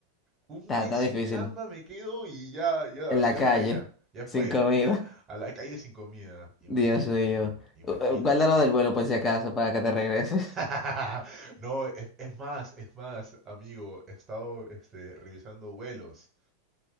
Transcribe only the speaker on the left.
Está,
está
difícil.
En la
calle,
sin
comida.
Dios mío.
U- u- Guárdalo del vuelo por si acaso, para que te regreses.